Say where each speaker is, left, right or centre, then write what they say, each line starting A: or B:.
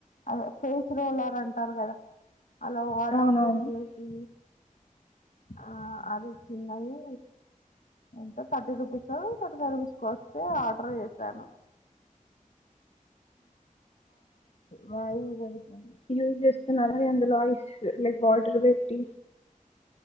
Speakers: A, on the left; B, on the left.
A: అదే ఫేస్ రోలర్ అంటారు కదా అలా వాటర్
B: అవునవును
A: ఫిల్ చేసి ఆ అది చిన్నవి ఎంత థర్టీ రూపీస్ ఆ థర్టీ పైవ్ రూపీస్ ఆ వస్తే ఆర్డర్ పెట్టాను మది ఇది ఏంది వచ్చిన
B: యూస్ చేస్తున్నరా అందులో ఐస్ లైక్ వాటర్ పెట్టి